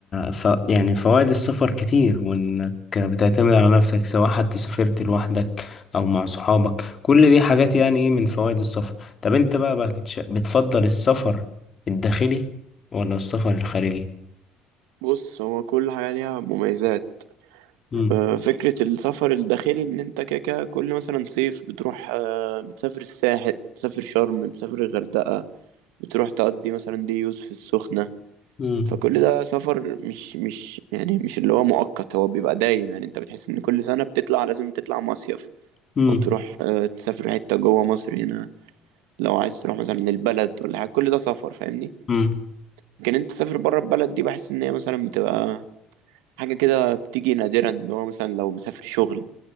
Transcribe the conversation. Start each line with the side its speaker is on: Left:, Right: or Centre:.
Left: ف... يعني فوائد السفر كتير وإنك بتعتمد على نفسك سواء حتى سافرت لوحدك أو مع صحابك كل دي حاجات يعني إيه من فوائد السفر طب أنت بقى, بقى بتش- بتفضل السفر الداخلي ولا السفر الخارجي؟
Right: بص هو كل حاجة ليها مميزات
Left: مم.
Right: آه، فكرة السفر الداخلي إن أنت كده كده كل مثلا صيف بتروح آه، بتسافر الساحل بتسافر شرم بتسافر الغردقة بتروح تقضي مثلا دي يوز في السخنة
Left: مم.
Right: فكل ده سفر مش مش يعني مش اللي هو مؤقت هو بيبقى دايم يعني أنت بتحس إن كل سنة بتطلع لازم تطلع مصيف
Left: مم.
Right: أو تروح آه، تسافر حتة جوه مصر هنا لو عايز تروح مثلا البلد ولا حاجة كل ده سفر فاهمني
Left: مم.
Right: لكن أنت تسافر بره البلد دي بحس إن هي مثلا بتبقى حاجة كده بتيجي نادرا ان هو مثلا لو مسافر شغل